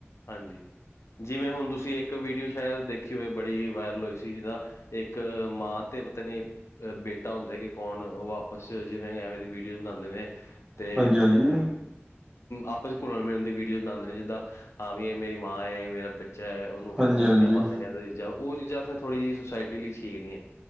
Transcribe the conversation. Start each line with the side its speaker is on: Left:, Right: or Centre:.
Left: ਹਾਂਜੀ, ਜਿਵੇਂ ਹੁਣ ਤੁਸੀਂ ਇੱਕ ਵੀਡੀਓ ਸ਼ਾਇਦ ਦੇਖੀ ਹੋਏ ਬੜੀ ਵਾਇਰਲ ਹੋਈ ਸੀ ਜਿਹਦਾ ਇੱਕ ਮਾਂ ਤੇ ਪਤਾ ਨੀ ਅ ਬੇਟਾ ਹੁੰਦਾ ਕਿ ਕੌਣ ਵਾਪਸ ਜਿਵੇਂ ਐਵੇਂ ਦੀ ਵੀਡੀਓ ਬਣਾਉਂਦੇ ਨੇ ਤੇ
Right: ਹਾਂਜੀ ਹਾਂਜੀ
Left: ਆਪਸ ਚ ਘੁਲਣ ਮਿਲਨ ਦੀ ਵੀਡੀਓ ਬਣਾਉਂਦੇ ਨੇ ਜਿੱਦਾਂ ਹਾਂ ਵੀ ਮੇਰੀ ਮਾਂ ਮੇਰਾ ਚਾਹੇ ਉਹਨੂੰ ਫਿਰ
Right: ਹਾਂਜੀ
Left: ਜੱਫੀਆਂ
Right: ਹਾਂਜੀ
Left: ਪਾਉਂਦੇ ਨੇ ਉਹ ਚੀਜ਼ ਉਹ ਚੀਜ਼ ਫਿਰ ਥੋੜ੍ਹੀ ਜਿਹੀ ਸੁਸਾਇਟੀ ਲਈ ਠੀਕ ਨਹੀਂ ਹੈ